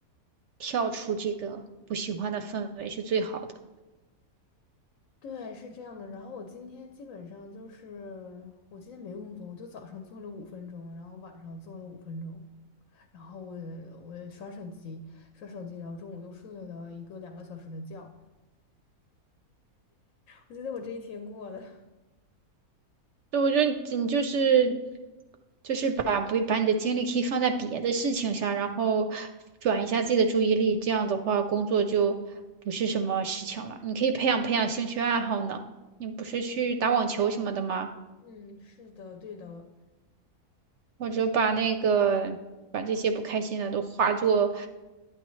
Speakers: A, on the right; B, on the left.
A: 跳出这个不喜欢的氛围是最好的。
B: 对，是这样的。然后我今天基本上就是，我今天没工作，我就早上做了五分钟，然后晚上做了五分钟，然后我也我也刷手机，刷手机，然后中午又睡了一个两个小时的觉。我觉得我这一天过的，
A: 所以我觉得你你就是就是把不把你的精力可以放在别的事情上，然后转一下自己的注意力，这样的话工作就不是什么事情了。你可以培养培养兴趣爱好呢。你不是去打网球什么的吗？
B: 嗯，是的，对的，
A: 或者把那个把这些不开心的都化作
B: 嗯。